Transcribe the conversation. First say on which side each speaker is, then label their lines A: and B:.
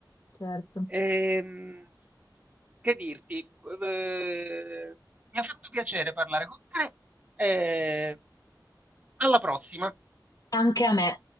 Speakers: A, on the left; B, on the right.
A: Certo,
B: Ehm, che dirti, ehm, mi ha fatto piacere parlare con te e alla prossima.
A: anche a me.